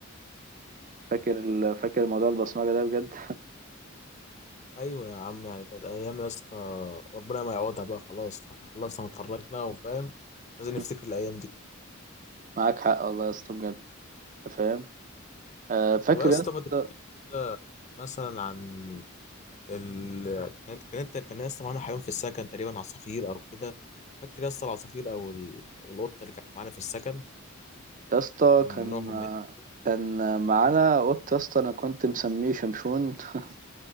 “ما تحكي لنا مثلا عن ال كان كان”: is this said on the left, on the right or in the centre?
Left